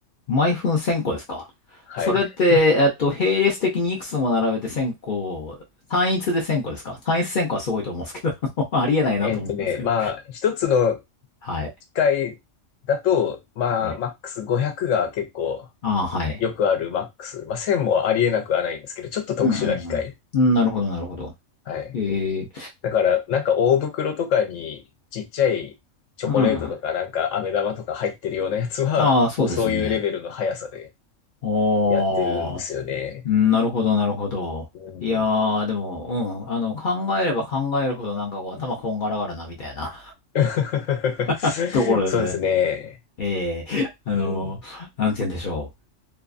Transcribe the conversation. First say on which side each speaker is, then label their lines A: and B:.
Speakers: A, on the left (about 50°); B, on the left (about 75°).
A: 毎分1000個ですか。
B: <laughs> はい。
A: それって、えっと、並列的にいくつも並べて1000個、単一で1000個ですか。単一1 0個はすごいと思うんですけど、<laughs> あのありえないなと思うんですけど。
B: えっとね、まあ、一つの
A: はい。
B: 機械だと、まあ、
A: ええ。
B: マックス500が結構
A: ああ、はい。
B: よくあるマックス。まあ、1000もありえなくはないんですけど、ちょっと特殊な機械。
A: うんうんうん。うんなるほど、なるほど。
B: はい。
A: ええ、
B: だから、なんか大袋とかにちっちゃいチョコレートとか、
A: うん。あ
B: なんか飴玉とか入ってるようなやつは、
A: あ、そうですね。
B: もうそういうレベルの速さで
A: おー。
B: やってるんですよね。
A: うんなるほど、なるほど。
B: うん。
A: いやー、でも、うん、あの、考えれば考えるほどなんかこう、頭こんがらがるな、みたいな
B: <laughs>
A: <laughs> ところですね。
B: そうですね。
A: <laughs> ええあの、
B: うん。
A: なんて言うんでしょう。